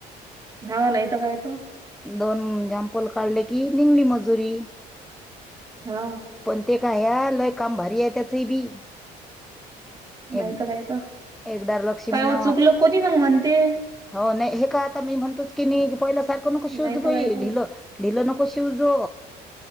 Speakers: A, on the right; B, in the centre.
A: हा नाही तर काय त
B: दोन जमपल काढले कि निंगली मजुरी
A: हो
B: पण ते काय या लय काम भारी आहे त्याचबी
A: नाही
B: एक
A: तर काय तर
B: एकदा लक्षीमीन
A: पाय हो चुकलं कोणी मग म्हणते
B: हो नाइ हे का आता मी म्हणतेच की नाइ पहिल्या सारखं नको शूज
A: नाही तर
B: प
A: काय तर
B: ढिलं ढीलं नको शिवजो